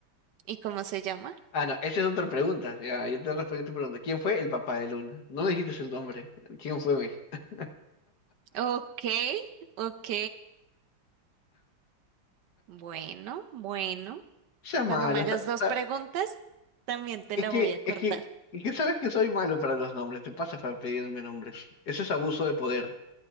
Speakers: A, on the right; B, on the left.
A: ¿Y cómo se llama?
B: Ah, no, esa es otra pregunta. Ya, yo te respondí tu pregunta. ¿Quién fue el papá de Luna? No me dijiste el nombre. ¿Quién fue mi? <laughs>
A: Ok, ok. Bueno, bueno.
B: Sea malo.
A: Cuando me hagas
B: o sea, o
A: dos preguntas,
B: sea,
A: también te
B: es
A: la
B: que,
A: voy a cortar.
B: es que, es que sabes que soy malo para los nombres. Te pasa para pedirme nombres. Eso es abuso de poder.